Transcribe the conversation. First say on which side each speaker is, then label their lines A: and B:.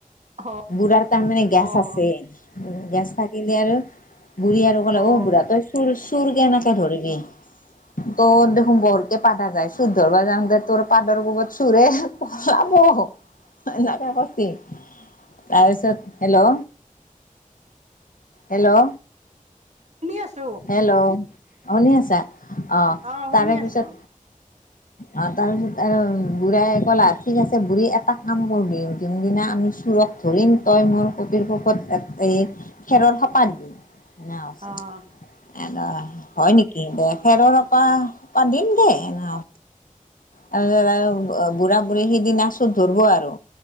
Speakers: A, on the right (about 55°); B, on the left (about 75°).
A: অঁ
B: বুঢ়াৰ তাৰ মানে গেছ
A: অঁ
B: আছে। গেছ থাকিলে আৰু বুঢ়ী আৰু ক'লে
A: অঁ
B: অ বুঢ়া তয়- চোৰ চোৰ কেনেকে ধৰিবি তই দেখোন বৰ- যে পাদা যায় চোৰ ধৰব যাওঁতে তোৰ পাদৰ গোবত চোৰে পলাব <unintelligible> তাৰপিছত হেল্ল হেল্ল'
A: শুনি আছো।
B: হেল্ল' শুনি আছা অ
A: অঁ শুনি
B: তাৰে পিছত
A: আছোঁ
B: অ তাৰপিছত আৰু বুঢ়াই ক'লা ঠিক আছে বুঢ়ী এটা কাম কৰো দে যোনদিনা আমি চোৰক ধৰিম তই মোৰ <unintelligible> সোপত এই খেৰৰ সপা দিবি <unintelligible>
A: অঁ
B: এ ন হয় নেকি দে খেৰৰ সোপা পা দিম দে ন তাৰপাছত আৰু বুঢ়া-বুঢ়ী সিদিনা চোৰ ধৰব আৰু।